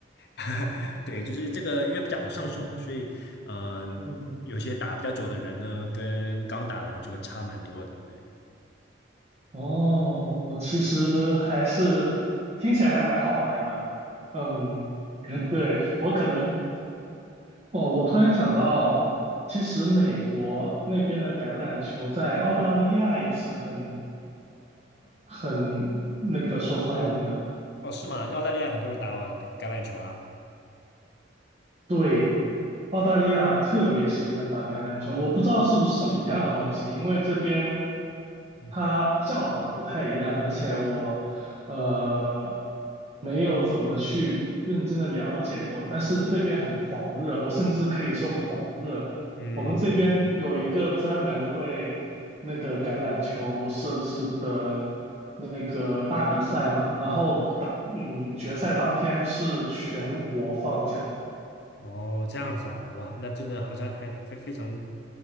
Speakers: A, on the left; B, on the right.
A: <laughs> 对，就是这个，因为比较好上手嘛，
B: 嗯
A: 所以，嗯、
B: 嗯，
A: 有些打比较久的人呢，跟刚打的人就会差蛮多的。对，
B: 哦，我其实还是听起来还蛮好玩的，嗯，<laughs> 对，我可能，哦，我突然想到，其实美国那边的橄榄球在澳大利亚也是很很那个受欢迎的。
A: 哦，是吗？澳大利亚很多人打哦橄榄球啊。
B: 对，澳大利亚特别喜欢打橄榄球，我不知道是不是一样的东西，因为这边
A: 嗯
B: 它叫法不太一样，而且我呃没有怎么去认真的了解过，但是这边很狂热，我甚至可以说狂热。
A: 嗯，
B: 我们这边有一个专门为那个橄榄球设置的那个大比赛嘛，
A: 嗯
B: 然后嗯决赛当天是全国放假。
A: 哦，这样子啊，哇，那真的好像还非非常，